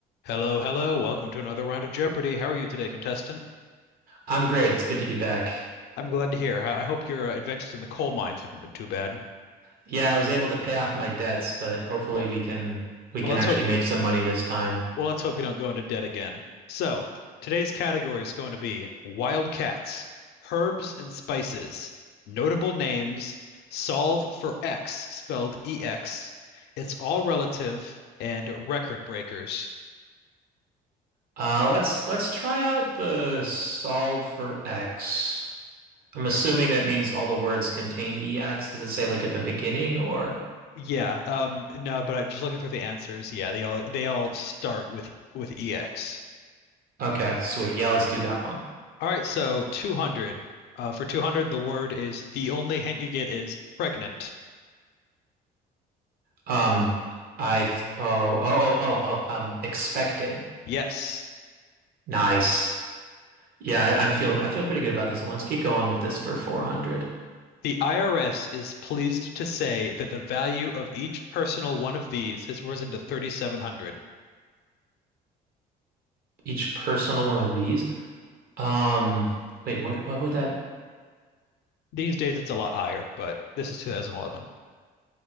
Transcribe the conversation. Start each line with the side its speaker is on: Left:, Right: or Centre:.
Left: Hello, hello. Welcome to another round of Jeopardy. How are you today, contestant?
Right: I'm great. It's good to be back.
Left: I'm glad to hear. I I hope your uh, adventures in the coal mines haven't been too bad.
Right: Yeah, I was able to pay off my debts, but hopefully
Left: Well,
Right: we can we can
Left: well, let's
Right: actually
Left: hope.
Right: make some money this time.
Left: Well, let's hope you don't go into debt again. So, today's category is going to be wild cats, herbs and spices, notable names, solve for X spelled EX. It's all relative and record breakers.
Right: Uh, let's let's try out the solve for x. I'm assuming that means all the words contain ex. Does it say like at the beginning or?
Left: Yeah, um, no, but I, just looking through the answers, yeah, they all they all start with with EX.
Right: Okay, sweet. Yeah, let's do that one.
Left: All right, so 200. Uh, for 200, the word is the only hint you get is pregnant.
Right: Um, I th oh oh oh oh oh. Um, expecting.
Left: Yes.
Right: Nice. Yeah, I, I'm feeling I feel pretty good about this one. Let's keep going with this for 400.
Left: The IRS is pleased to say that the value of each personal one of these has risen to 3,700.
Right: Each personal one of these. Um, wait, what what would that?
Left: These days it's a lot higher, but this is 2011.